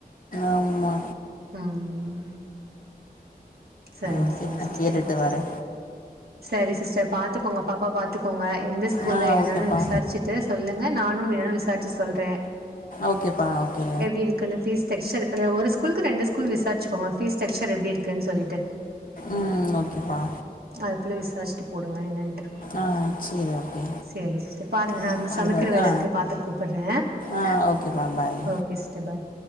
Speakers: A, on the left; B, on the right.
A: ஆம்மா
B: ம் சரி
A: ஓகே
B: சரி
A: நா
B: சிஸ்டர்.
A: கேட்டுட்டு வரே
B: சரி சிஸ்டர் பாத்துக்கோங்க பாப்பா பாத்துக்கோங்க எந்த ஸ்கூலு
A: ஆ
B: என்னன்னு
A: ஓகேப்பா
B: விசாரிச்சுட்டு சொல்லுங்க நானு வேணாலு விசாரிச்சு சொல்றே
A: ஓகேப்பா ஓகே
B: எப்டி இருக்குன்னு ஃபீஸ் ஸ்டக்சர் ஒரு ஸ்கூலுக்கு ரெண்டு ஸ்கூல் விசாரிச்சுக்கோங்க ஃபீஸ்டேக்சர் எப்டி இருக்குன் சொல்லிட்டு.
A: ம் ஓகேப்பா.
B: நாளு பேள விசாஸ்டு போடுங்க என்ன
A: ஆ சரி ஓகே
B: சேரி சிஸ்டர் பாருங்க
A: ம்
B: அங்
A: சரி
B: சமக்கிற வேல
A: ஆ
B: இருக்கு பாத்துட் கூப்புறே
A: ஆ ஓகேப்பா பாய்
B: ஓகே சிஸ்டர் பாய்.